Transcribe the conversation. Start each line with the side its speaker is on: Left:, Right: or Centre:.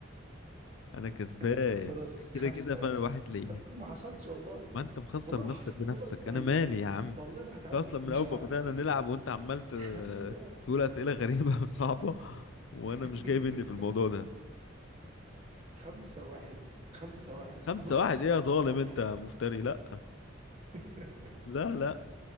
Left: انا كسبان
Right: <laughs> خلاص
Left: كده
Right: خمسه
Left: كده
Right: ثلاثه
Left: فرق واحد ليا
Right: خم... ما حصلش والله
Left: ما انت مخسر
Right: والله ما
Left: نفسك
Right: حصل
Left: بنفسك
Right: <laughs> والله مستحيل
Left: انا مالي يا عم
Right: والله ما هتعدي
Left: انت اصلا من
Right: مش
Left: اول
Right: هتعدي
Left: ما بدأنا نلعب وانت عمال ت-
Right: خمسة
Left: تقول اسئلة غريبة <laughs> وصعبة وانا
Right: <laughs>
Left: مش جاي مني في الموضوع ده
Right: خمسة واحد خمسة واحد
Left: خمسة
Right: بص
Left: واحد
Right: هخليها
Left: ايه يا
Right: خمسة
Left: ظالم
Right: اتنين عشانك
Left: انت مفتري لا
Right: <laughs>
Left: لا لا